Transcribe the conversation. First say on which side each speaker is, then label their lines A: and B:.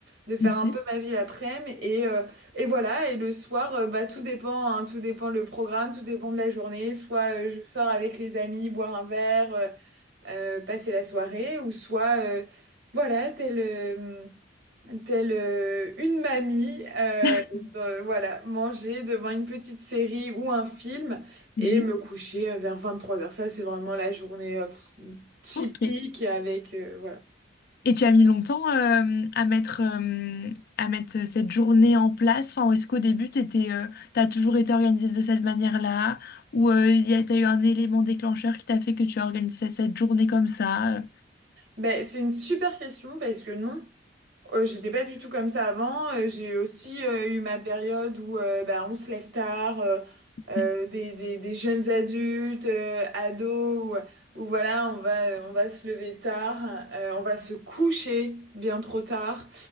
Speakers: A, on the right; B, on the left.
A: de faire
B: Mhm,
A: un peu
B: <laughs>
A: ma vie l'après-midi, et, euh, et voilà, et le soir, euh, bah, tout dépend, hein, tout dépend le programme, tout dépend de la journée, soit euh, je sors avec les amis, boire un verre, euh, euh, passer la soirée, ou soit, euh, voilà, telle, euh, telle euh, une mamie, euh,
B: mhm.
A: de- voilà, manger devant une petite série ou un film
B: Mhm.
A: et me coucher euh, vers trois heures Ça, c'est vraiment la journée euh, pff, typique
B: Ok.
A: avec, euh, voilà.
B: Et tu as mis longtemps euh, à mettre, euh, à mettre cette journée en place. Enfin, ou est-ce qu'au début, tu as toujours été organisée de cette manière-là? Ou euh, il y a, t'as eu un élément déclencheur qui t'a fait que tu as organisé cette journée comme ça? euh.
A: Ben, c'est une super question parce que non. Euh, j'étais pas du tout comme ça avant. Euh, j'ai aussi euh, eu ma période où euh, bah, on se lève tard, euh, euh,
B: Mhm.
A: des, des, des jeunes adultes, euh, ados, où, où voilà, on va, on va se lever tard, euh, on va se coucher bien trop tard.